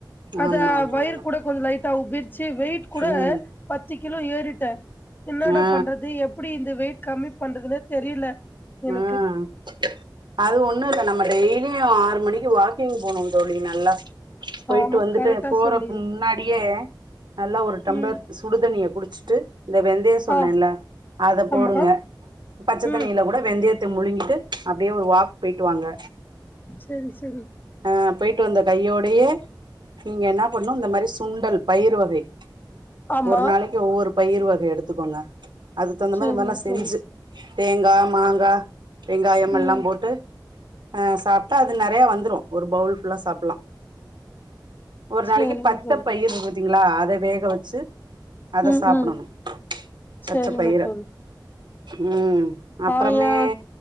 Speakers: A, on the left; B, on the right.
A: அத
B: ஆமா ஆமா
A: வயர்
B: ஆமா
A: கூட கொஞ்சம் லைட்டா உப்பி வெயிட் கூட பத்து
B: ம்
A: பத்து கிலோ ஏறிட்டன் என்னோட
B: ஆ
A: பண்றது எப்படி இந்த வெயிட் கம்மி பண்றதுனே தெரியல எனக்கு
B: உஹம் அது ஒண்ணும் இல் நம்ம டெய்லி லீயும் ஆறு மணிக்கு வாக்கிங் போனோம் தோலி நல்லா போயிட்டு
A: ஆமா
B: வந்துட்டு
A: கரெக்டா
B: போறக்கு
A: சொன்னீங்க
B: முன்னாடியே நல்லா ஒரு டம்ளர்
A: ம்
B: சுடுதண்ணிய குடி வச்சுட்டு இந்த வெந்தயம் சொன்னேன்ல்ல
A: ஆ
B: அத போடுங்க
A: ஆமா
B: பச்சத்தண்ணியில
A: ம்
B: கூட வெந்தயத்த முழுங்கிட்டு அப்ப அப்படியே ஒரு வாக் போயிட்டு வாங்க
A: செரி செரி
B: அஹ் போயிட்டு வந்த கையோடையே நீங்க என்ன பண்ணும் இந்த மாரி சுண்டல் பயிறு வகை
A: ஆமா
B: ஒரு நாளைக்கு ஒவ்வொரு பயிர் வகை எடுத்துக்கோங்க அது தகுந்த
A: செரிங்க
B: மாரி மொதல்ல செஞ்சு
A: தோழி
B: தேங்கா மாங்கா வெங்காயம் எல்லாம்
A: ம்
B: போட்டு ஆ சாப்பிட்டா அது நிறைய வந்துரும் ஒரு பவுல் ஃபுல்லா சாப் லாம் ஒரு
A: செரிங்க
B: நாளைக்கு பத்து
A: தோழி
B: பயிர் ங்களா அத வேக வச்சு அத
A: உம்
B: சாப்பிடணு
A: உம் செரிங்க
B: பச்ச பயிர
A: தோழி
B: ம் அப்புறமே
A: ஆஹ்